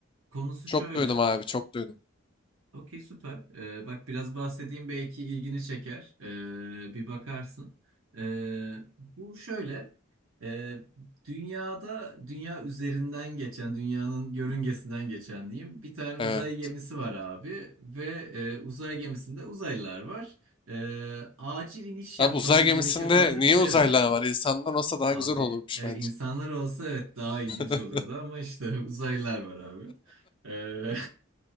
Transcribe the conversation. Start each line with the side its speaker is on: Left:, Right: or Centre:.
Right: konusu
Left: Çok
Right: şöyle.
Left: duydum abi çok duydum.
Right: Okey süper. Ee, bak biraz bahsedeyim belki ilgini çeker. Ee, bir bakarsın. Ee, bu şöyle. Ee, dünyada dünya üzerinden geçen, dünyanın yörüngesinden geçen diyeyim. Bir tane
Left: Evet.
Right: uzay gemisi var abi ve e, uzay gemisinde uzaylılar var. Ee, acil iniş yapmaları
Left: Abi uzay gemisinde
Right: gerekiyor tarzı
Left: niye
Right: bir şey
Left: uzaylılar
Right: var
Left: var? İnsandan olsa daha
Right: Abi
Left: güzel olurmuş
Right: e,
Left: bence.
Right: insanlar olsa evet daha
Left: <laughs>
Right: ilginç olurdu ama işte <laughs> uzaylılar var abi. Ee,